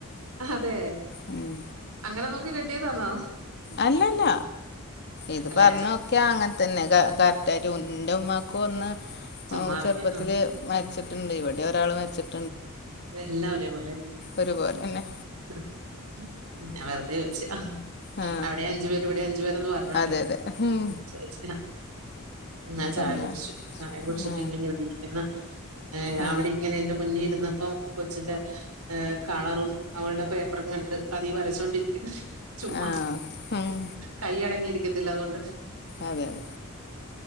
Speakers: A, on the right (about 80°); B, on the left (about 50°).
A: അതേ,
B: ഉം.
A: അങ്ങനെ നോക്കി കെട്ടിയതാന്നോ
B: അല്ലല്ല ഇത്
A: അല്ല
B: പറഞ്ഞൊക്കെ
A: ഞാൻ ചുമ്മാ
B: അങ്ങനെ തന്നെ കറക്റ്റായിട്ട് എന്റെ ഉമ്മാക്കും ഒന്ന്
A: ചുമ്മാ
B: ആ ഓ
A: അറിഞ്ഞു
B: ചെർപ്പത്തില്
A: ആ
B: മര്ച്ചിട്ട്ണ്ട്. ഇവടിം ഒരാള് മര്ച്ചിട്ട്ണ്ട്.
A: എല്ലാ ഒരേ പോലെ,
B: ഒരുപോലെ തന്നെ
A: <unintelligible> ഞാ വേ അതെ ചോയിച്ചേ, ആ
B: ആ
A: അവിടെ അഞ്ചു പേര് ഇവിടെ അഞ്ചു പേരെന്ന് പറഞ്ഞോണ്ടേ,
B: അതെ അതെ ഉം.
A: ചോയിച്ചെ ഞാൻ ചായ
B: പിന്നെ
A: കുടിച്ചു. ചായ കുടിച്ചിട്ട്
B: ആ
A: ഇങ്ങനെവിടെരിക്കുന്ന ഏ,
B: ആ
A: അവിടിങ്ങനെ എന്റെ മുന്നി ഇരുന്ന് ഇപ്പൊ, കൊച്ചിന്റെ ഏ കളറും അവൾടെ പേപ്പറും കണ്ട് അതീ വരച്ചോണ്ടിരിക്കുന്ന് ചുമ്മാ,
B: ആ ഉം.
A: കൈയടങ്ങിയിരിക്കത്തില്ല അതോണ്ട്.
B: അതെ, അതെ.